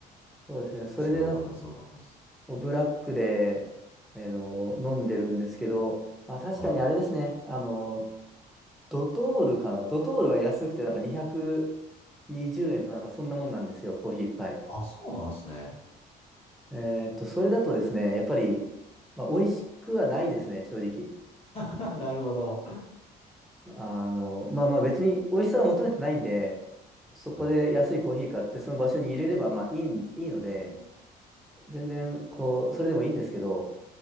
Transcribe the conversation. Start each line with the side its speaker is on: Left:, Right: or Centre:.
Centre: そうですね、それでなんか
Left: それわかります、わかります。
Centre: ブラックで、あの飲んでるんですけど、まあ確かにあれですね、
Left: はい。
Centre: あの、ドトールかな、ドトールは安くて、なんか220円とか、なんかそんなもんなんですよ、コーヒー一杯。
Left: あ、そうなんですね。
Centre: えーっと、それだとですね、やっぱり、まあ、美味しくはないですね、正直。
Left: <laughs> なるほど。
Centre: あの、まあまあ別に美味しさは求めてないんで、そこで安いコーヒー買ってその場所に入れればまあいい、
Left: うん。
Centre: いいので、
Left: うん。
Centre: 全然こう、それでもいいんですけど、